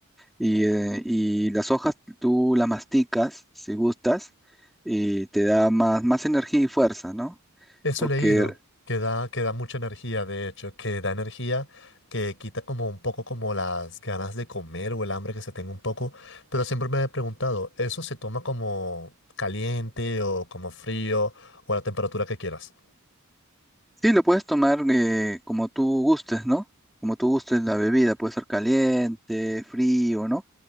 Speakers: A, in the centre; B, on the left.
A: Y, eh, y las hojas tú las masticas, si gustas, y te da más, más energía y fuerza, ¿no?
B: Eso
A: Porque
B: he leído, que da, que da mucha energía, de hecho, que da energía, que quita como un poco como las ganas de comer o el hambre que se tenga un poco, pero siempre me he preguntado, ¿eso se toma como caliente o como frío o a la temperatura que quieras?
A: sí, lo puedes tomar eh, como tú gustes, ¿no? Como tú gustes la bebida, puede ser caliente, frío, ¿no?